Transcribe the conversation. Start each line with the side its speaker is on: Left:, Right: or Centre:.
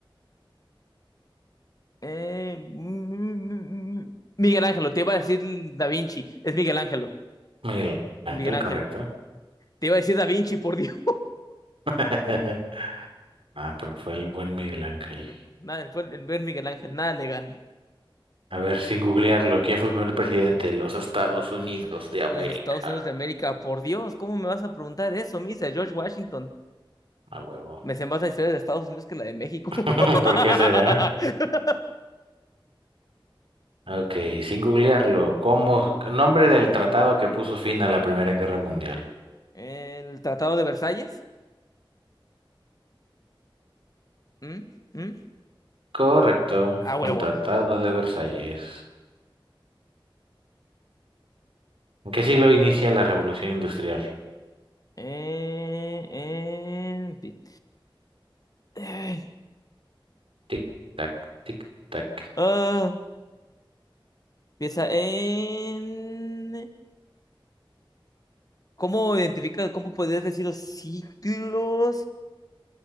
Left: eh, mm, Miguel Ángelo, te iba a decir Da Vinci. Es Miguel Ángelo,
Right: Miguel Ángel,
Left: el Miguel Ángel.
Right: correcto.
Left: Te iba a decir Da Vinci, por Dios.
Right: <laughs> Ah, pero fue el buen Miguel Ángel.
Left: El- Nada, el, el, el Miguel Ángel, nada le gana.
Right: A ver, sin googlearlo, ¿quién fue el primer presidente de los Estados Unidos de América?
Left: Los Estados Unidos de América, por Dios, ¿cómo me vas a preguntar eso, Misa? George Washington.
Right: A huevo.
Left: Me sé más la historia de Estados Unidos que la de México.
Right: <laughs>
Left: <laughs>
Right: ¿Por qué será? Ok, sin googlearlo, ¿cómo?
Left: Ujú.
Right: Nombre del tratado que puso fin a la Primera Guerra Mundial.
Left: El Tratado de Versalles. ¿Mm? ¿Mm?
Right: Correcto,
Left: A huevo.
Right: el Tratado de Versalles. ¿En qué siglo inicia la revolución industrial?
Left: Eh, en pi- Ay.
Right: Tic, tac, tic, tac.
Left: Ah, piensa en... ¿Cómo identifica, cómo podrías decir los ciclos?